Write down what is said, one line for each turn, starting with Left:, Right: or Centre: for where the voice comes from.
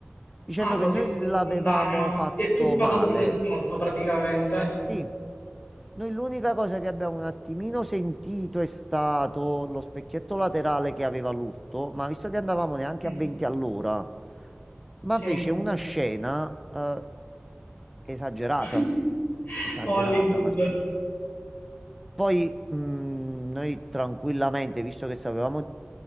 Centre: dicendo
Left: Ah, così
Centre: che noi l'avevamo
Left: spontaneo.
Centre: fatto
Left: Si è tuffato
Centre: male.
Left: sull'asfalto praticamente.
Centre: Sì, noi l'unica cosa che abbiamo un attimino sentito è stato lo specchietto laterale che aveva l'urto, ma visto che andavamo neanche
Left: Mm.
Centre: a 20 all'ora, ma
Left: Sì.
Centre: fece una scena eh, esagerata,
Left: <laughs>
Centre: esagerata,
Left: Hollywood,
Centre: Martino. Poi mh, noi tranquillamente, visto che sapevamo